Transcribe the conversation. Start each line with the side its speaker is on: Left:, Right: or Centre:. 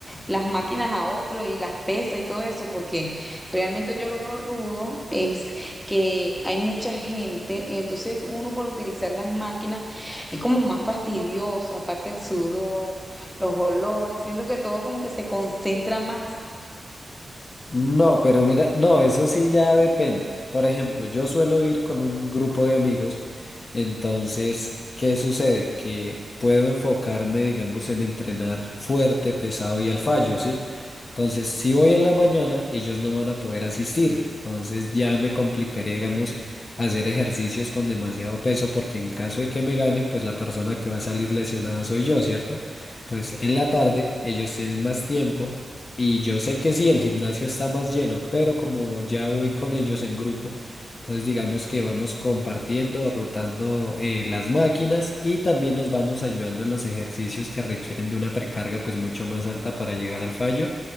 Centre: las máquinas a otro y las pesas y todo eso, porque realmente yo lo veo rudo, es que hay mucha gente y entonces uno para utilizar las máquinas es como más fastidioso, aparte el sudor, los olores, siento que todo como que se concentra más.
Left: No, pero mira, no, eso sí ya depende. Por ejemplo, yo suelo ir con un grupo de amigos, entonces, ¿qué sucede? Que puedo enfocarme, digamos, en entrenar fuerte, pesado y al fallo, ¿sí? Entonces, si voy en la mañana, ellos no van a poder asistir. Entonces, ya me complicaría, digamos, hacer ejercicios con demasiado peso, porque en caso de que me ganen, pues la persona que va a salir lesionada soy yo, ¿cierto? Entonces, en
Centre: Sí.
Left: la tarde, ellos tienen más tiempo. Y yo sé que sí, el gimnasio está más lleno, pero como ya voy con ellos en grupo, entonces digamos que vamos compartiendo, rotando eh, las máquinas y también nos vamos ayudando en los ejercicios que requieren de una precarga pues mucho más alta para llegar al fallo